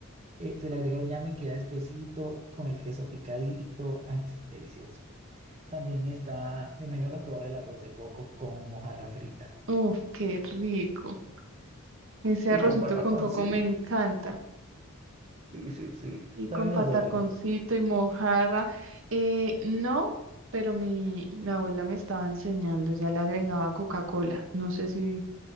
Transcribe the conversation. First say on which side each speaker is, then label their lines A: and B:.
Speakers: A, on the right; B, on the right.
A: Eh, se le agrega el ñame y queda espesito con el queso picadito. Ay, es delicioso. También está, me imagino que has probado el arroz de coco con mojarra frita.
B: Uf, qué rico. Ese
A: Y
B: arrocito
A: con pataconcito.
B: con coco me encanta.
A: Sí, sí, sí.
B: Y con
A: ¿Sabes
B: pataconcito
A: hacerlo?
B: y mojarra. Eh, no, pero mi, mi abuela me estaba enseñando, ya le agregaba Coca-Cola. No sé si